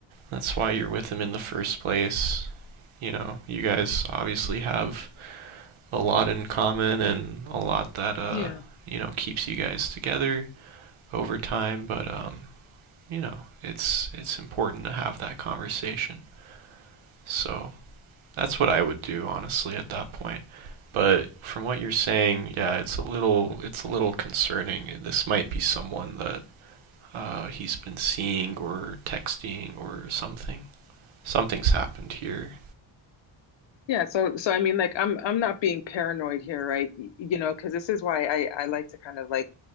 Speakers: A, on the right (about 70°); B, on the left (about 60°).
A: That's why you're with him in the first place. You know, you guys obviously have a lot in common and a lot that uh,
B: yeah.
A: you know keeps you guys together over time, but um, you know, it's it's important to have that conversation. So that's what I would do honestly at that point. But from what you're saying, yeah, it's a little it's a little concerning. This might be someone that uh, he's been seeing or texting or something. Something's happened here.
B: Yeah, so so I mean like I'm I'm not being paranoid here, right? Y- You know, because this is why I I like to kind of like